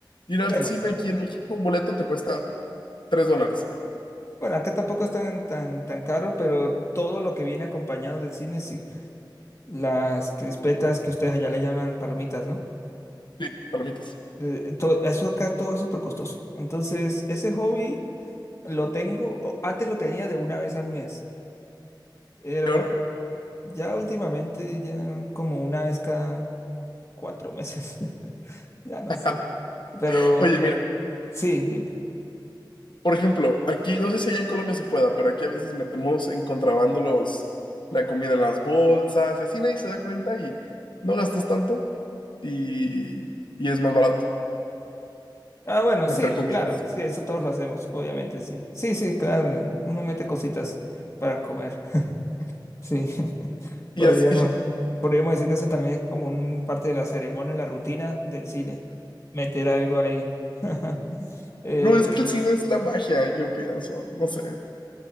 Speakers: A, on the left; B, on the left.
A: ir
B: Bueno.
A: al cine aquí en México, un boleto te cuesta 3 dólares.
B: Bueno, acá tampoco es tan, tan, tan caro, pero todo lo que viene acompañado del cine, sí. Las crispetas que ustedes allá le llaman palomitas, ¿no?
A: Sí, palomitas.
B: Eh, to- eso acá todo es súper costoso. Entonces, ese hobby lo tengo, o- antes lo tenía de una vez al mes, pero
A: ¿Y ahora?
B: ya últimamente, ya como una vez cada cuatro meses, <laughs> ya no
A: <laughs>
B: sé. Pero,
A: Oye,
B: pe-
A: mira,
B: sí, dime.
A: por ejemplo, aquí, no sé si allá en Colombia se pueda, pero aquí a veces metemos en contrabando los, la comida en las bolsas y así nadie se da cuenta y no gastas tanto y, y es más barato
B: Ah, bueno,
A: meter
B: sí,
A: comida.
B: claro, sí, eso todos lo hacemos, obviamente, sí. Sí, sí, claro, uno mete cositas para comer. Sí, <laughs>
A: Y
B: podríamos,
A: así,
B: podríamos decir que eso también es como un parte de la ceremonia, la rutina del cine, meter algo ahí. <laughs>
A: <laughs>
B: Eh,
A: bro, es que el cine es la magia, yo pienso, no sé.